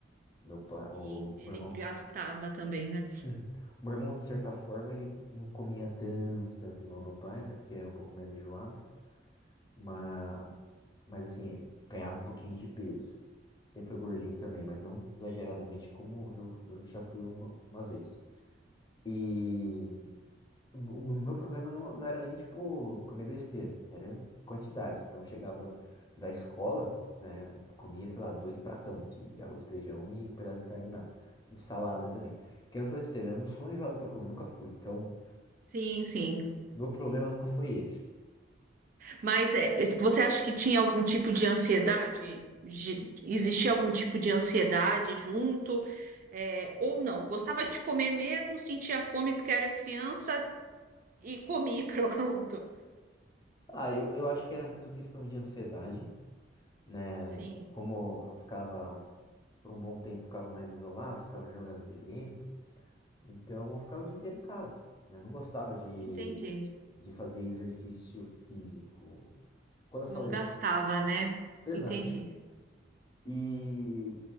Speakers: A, on the left; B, on the right.
A: Meu pai, o
B: Sim, ele
A: meu irmão,
B: gastava
A: <clears throat>
B: também, né?
A: Hum. o meu irmão, de certa forma, ele não comia tanto, tanto igual meu pai, até porque é um pouco mais enjoado, mas, mas assim, ganhava um pouquinho de peso. Sempre foi gordinho também, mas não exageradamente como eu, eu já fui uma, uma vez. E o, o meu problema não, não era nem, tipo, comer besteira, era quantidade. Então eu chegava da escola, né, comia, sei lá, dois pratão de, de arroz, feijão e um pedaço de carne lá. E salada também. Que eu falei pra você, né, eu não sou enjoado pra comer, nunca fui. Então,
B: Sim, sim.
A: o meu problema nunca foi esse.
B: Mas é, você acha que tinha algum tipo de ansiedade? Ge- Existia algum tipo de ansiedade junto? É, ou não? Gostava de comer mesmo, sentia fome porque era criança e comi, <laughs> pronto.
A: Ah, eu, eu acho que era muito questão de ansiedade, né?
B: Sim,
A: Como eu ficava por um bom tempo ficava mais isolado, ficava jogando videogame, então eu ficava o dia inteiro em casa, né? Não gostava de,
B: entendi.
A: de fazer exercício físico. Quando eu
B: Não
A: falo exercício,
B: gastava, né?
A: exato.
B: Entendi.
A: E